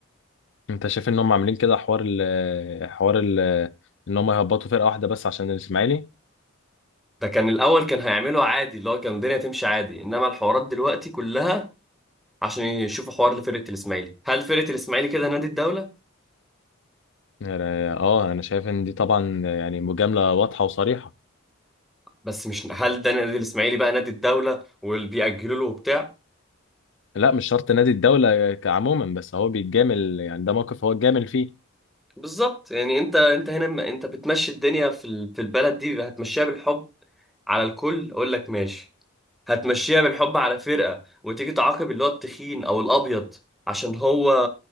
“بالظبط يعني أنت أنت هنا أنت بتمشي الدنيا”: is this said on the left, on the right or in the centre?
Centre